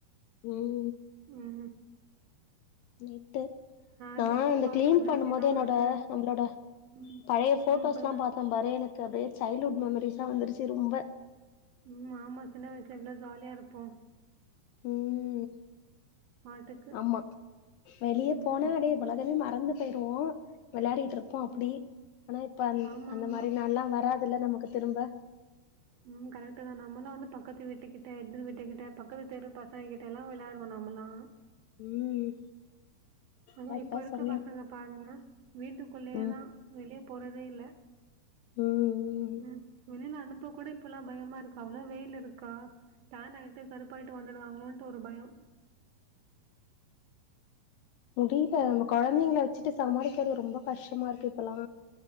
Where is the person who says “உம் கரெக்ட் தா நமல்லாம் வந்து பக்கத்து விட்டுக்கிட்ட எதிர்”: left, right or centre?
Right